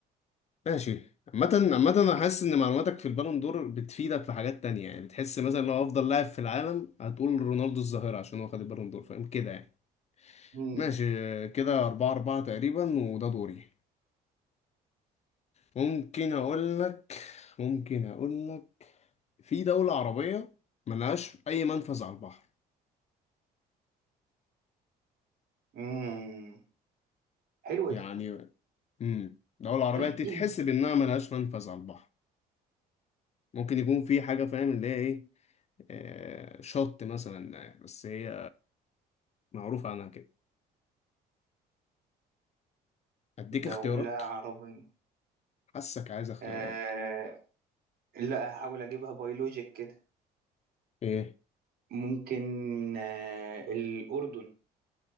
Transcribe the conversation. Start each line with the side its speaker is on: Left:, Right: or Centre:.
Left: ماشي عامة عامة أنا حاسس إن معلوماتك في البالون دور بتفيدك في حاجات تانية يعني بتحس مثلا لو أفضل لاعب في العالم هتقول رونالدو الظاهرة عشان هو خد البالون دور فاهم كده يعني
Right: مم.
Left: ماشي آه، كده أربعة أربعة تقريبا وده دوري ممكن اقول لك ممكن اقول لك في دولة عربية ملهاش اي منفذ على البحر
Right: مم. حلوة
Left: يعني
Right: دي
Left: امم دولة عربية
Right: <clears throat>
Left: تتحسب انها ملهاش منفذ على البحر ممكن يكون في حاجة فاهم اللي هي ايه آه، شط مثلا آه، بس هي معروفة عنها كده اديك
Right: دولة
Left: اختيارات
Right: عربية
Left: حاسك عايز اختيارات
Right: آه لا هحاول أجيبها بيولوجيك كده
Left: ايه
Right: ممكن آه الأردن